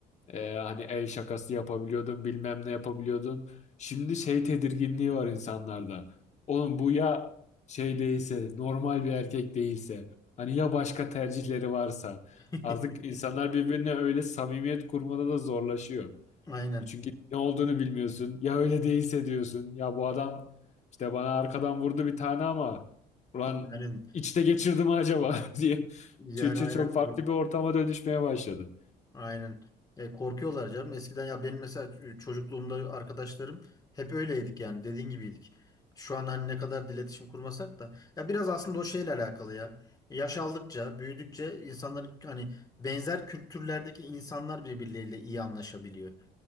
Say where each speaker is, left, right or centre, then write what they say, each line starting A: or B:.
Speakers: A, on the left; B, on the left.
A: e, hani el şakası yapabiliyordun, bilmem ne yapabiliyordun. Şimdi şey tedirginliği var insanlarda. Oğlum bu ya şey değilse, normal bir erkek değilse, hani ya başka tercihleri varsa.
B: <laughs>
A: Artık insanlar birbirine öyle samimiyet kurmada da zorlaşıyor.
B: aynen.
A: Çünkü ne olduğunu bilmiyorsun. Ya öyle değilse diyorsun. Ya bu adam işte bana arkadan vurdu bir tane ama ulan
B: Yani,
A: içte geçirdi mi acaba <laughs> diye.
B: yani
A: Çünkü
B: aynen.
A: çok farklı bir ortama dönüşmeye başladı.
B: Aynen. E, korkuyorlar canım. Eskiden ya benim mesela ç- çocukluğumda arkadaşlarım hep öyleydik yani dediğin gibiydik. Şu an hani ne kadar da iletişim kurmasak da ya biraz aslında o şeyle alakalı ya. Yaş aldıkça, büyüdükçe insanların hani benzer kültürlerdeki insanlar birbirleriyle iyi anlaşabiliyor.